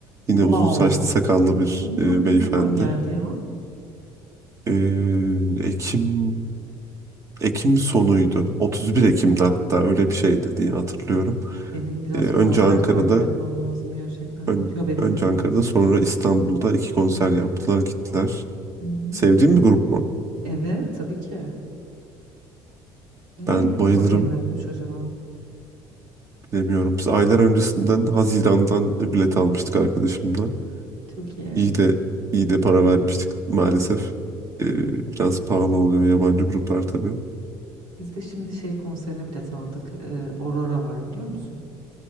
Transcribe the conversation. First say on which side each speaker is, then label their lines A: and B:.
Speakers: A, on the right; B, on the right.
A: Yine
B: Wow.
A: uzun saçlı sakallı bir
B: Onlar
A: e,
B: ne
A: beyefendi.
B: zaman geldi ya?
A: Ee, Ekim Ekim sonuydu. 31 Ekim'de hatta öyle bir şeydi diye hatırlıyorum.
B: Benim biraz
A: Ee, önce
B: konser
A: Ankara'da
B: takip etmem lazım gerçekten.
A: ön-
B: Hiç haberim
A: önce
B: yok.
A: Ankara'da sonra İstanbul'da iki konser yaptılar gittiler.
B: Hı hı.
A: Sevdiğin bir grup mu?
B: Evet, tabii ki. Niye
A: Ben bayılırım.
B: haberim yokmuş acaba?
A: Bilemiyorum. Biz aylar öncesinden Haziran'dan bilet almıştık arkadaşımla.
B: Çok iyi.
A: İyi de iyi de para vermiştik maalesef.
B: Biz
A: Ee,
B: de,
A: biraz pahalı oluyor yabancı gruplar tabii.
B: biz de şimdi şey konserine bilet aldık. Ee, Aurora var biliyor musun?